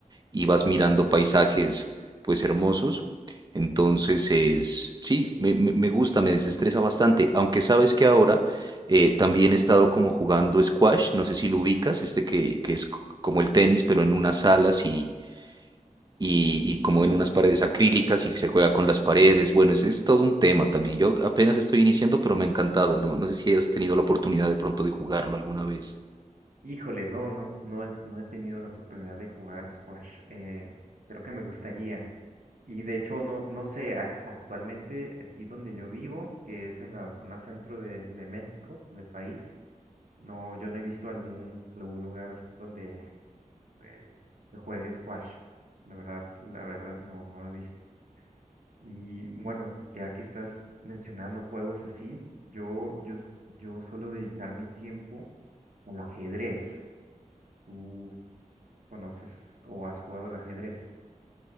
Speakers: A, on the right (about 30°); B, on the right (about 75°).
A: y vas mirando paisajes pues hermosos. Entonces es, sí, me, me- me gusta, me desestresa bastante, aunque sabes que ahora eh, también he estado como jugando squash, no sé si lo ubicas, este que, que es c- como el tenis, pero en unas salas y, y, y como en unas paredes acrílicas y se juega con las paredes. Bueno, es, es todo un tema también. Yo apenas estoy iniciando, pero me ha encantado, ¿no? No sé si has tenido la oportunidad de pronto de jugarlo alguna vez.
B: Híjole, no, no, no, he- no he tenido la oportunidad de jugar squash. Eh, creo que me gustaría. Y de hecho, no, no sé, ac- actualmente aquí donde yo vivo, que es en la zona centro de, de México, del país, no, yo no he visto algún, algún lugar donde Pues se juegue squash. La verdad, la verdad no, no he visto. Y bueno, ya que estás mencionando juegos así, yo, yo, yo suelo dedicar mi tiempo al ajedrez. ¿Tú conoces o has jugado al ajedrez?